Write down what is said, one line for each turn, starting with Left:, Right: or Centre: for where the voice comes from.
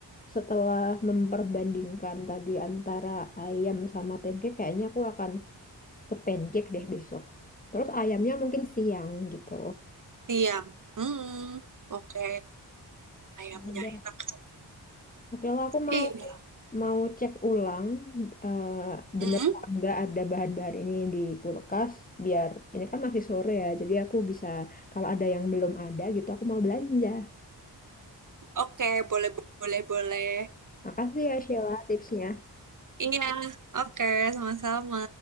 Left: setelah memperbandingkan tadi antara ayam sama pancake kayaknya aku akan ke pancake deh besok. Terus ayamnya mungkin siang gitu.
Right: Siang. Hmm. Oke, ayamnya
Left: Ada.
Right: enak tuh.
Left: Oke lah aku
Right: Iya.
Left: mau mau cek ulang eh, bener
Right: Hmm.
Left: apa enggak ada bahan-bahan ini di kulkas biar ini kan masih sore ya. Jadi aku bisa kalau ada yang belum ada gitu aku mau belanja.
Right: Oke, boleh boleh boleh.
Left: Makasih ya Sheila tipsnya.
Right: Iya, oke, sama-sama.